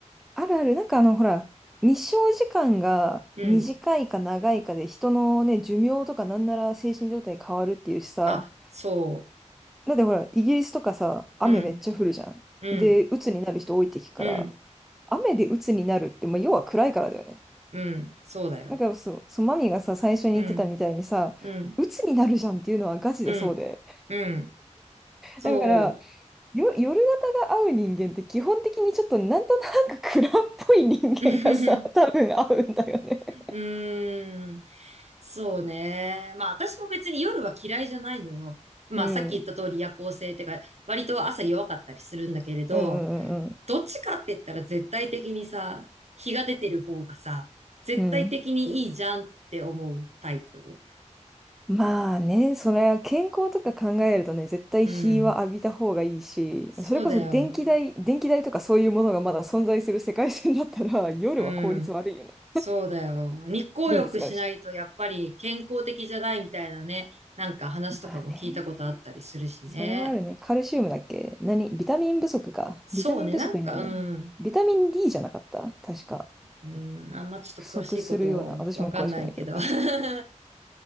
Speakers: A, in the centre; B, on the right.
A: あるある。なんかあの、ほら、日照時間が短いか長いかで人のね、
B: うん。
A: 寿命とかなんなら精神状態変わるっていうしさ。
B: あ、そ
A: だってほら、イギリスとかさ、雨めっちゃ降るじゃん。
B: う。うん、うん、
A: で、鬱になる人多いって聞くから、
B: うん、
A: 雨で鬱になるって、まあ、要は暗いからだよね。
B: うん、そうだよ。
A: だからそう、そう、マミがさ、最初に言ってたみたいにさ、
B: うん、うん、
A: 鬱になるじゃんっていうのはガチでそうで。
B: うん、うん。そう。
A: だから、よ、夜型が合う人間って基本的にちょっとなんとなく暗っぽい人間がさ、
B: <laughs>
A: <laughs> 多分合うんだよね。
B: うーん。そうね。まあ私も別に夜は嫌いじゃないのよ。まあさっき言った通り夜行性ってか、
A: うん。
B: 割と朝弱かったりするんだけれど、
A: うんうんうん
B: どっちかって言ったら絶対的にさ、日が出てる方がさ、絶対的にいいじゃんって思うタイプ。
A: うん。うん。まあね、それは健康とか考えるとね、絶対日は浴びた方がいいし、
B: うん。そうだよ。
A: それこそ電気代、電気代とかそういうものがまだ存在する世界線だったら、夜は効率悪いよね。
B: うん。そうだよ。日光浴しないとやっぱり健康的じゃないみたいなね、
A: 電気使うし。
B: なんか話とかも聞いたことあったりするしね。
A: まあね。それはあるね。カルシウムだっけ何ビタミン不足か。
B: そうね、
A: ビタミン不足になるんだよね。
B: なんか、うん、
A: ビタミン D じゃなかった確か。
B: うん、あんまちょっと詳しいことわかんないけど。
A: 不足するような。私も詳しくないけど。
B: <laughs>